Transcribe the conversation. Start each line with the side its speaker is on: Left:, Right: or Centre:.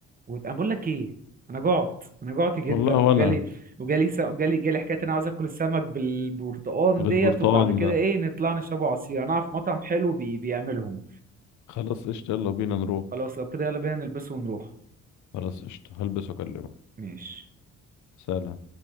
Right: وانا بقول لك ايه انا جعت انا جعت جدا
Left: والله
Right: وجالي
Left: وانا
Right: وجالي س... جالي جالي حكايه إن انا عاوز اكل السمك بالبرتقال
Left: بالبرتقال
Right: ديت وبعد كده
Left: ده
Right: ايه نطلع نشرب عصير انا اعرف مطعم حلو بي... بيعملهم
Left: خلاص قشطة يلا بينا نروح
Right: خلاص لو كده يلا بينا نلبسه ونروح
Left: خلاص قشطة هلبس واكلمك
Right: ماشي
Left: سلام